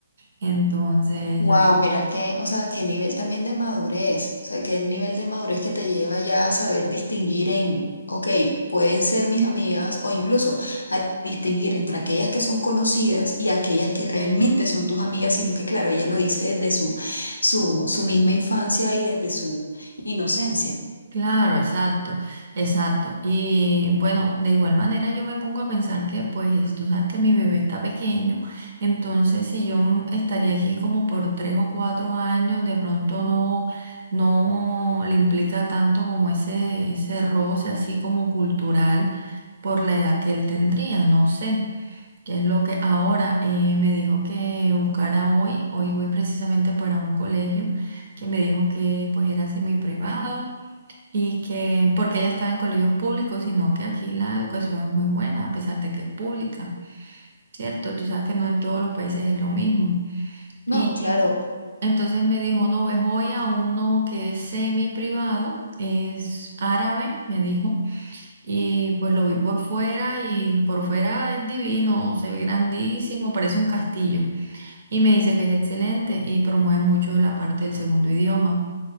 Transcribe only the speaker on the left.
Wow,
mira qué, o sea, qué nivel también de madurez, o sea, qué nivel de madurez que te lleva ya a saber distinguir en, ok, pueden ser mis amigas o incluso a distinguir entre aquellas que son conocidas y aquellas que realmente son tus amigas, sino que claro, ella lo dice desde su, su, su misma infancia y desde su inocencia.
No,
claro,